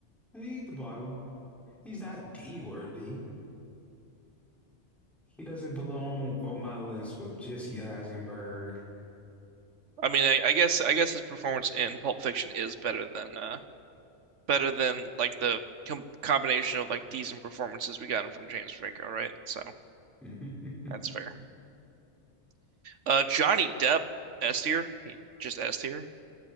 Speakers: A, in the centre; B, on the right (about 85°).
A: He at the bottom. He's not D worthy. He doesn't belong on my list with Jesse Eisenberg,
B: I mean, I, I guess I guess his performance in Pulp Fiction is better than uh better than like the com combination of like decent performances we gotten from James Franco, right? So
A: <laughs>
B: that's fair. Uh, Johnny Depp, S tier. He just S tier.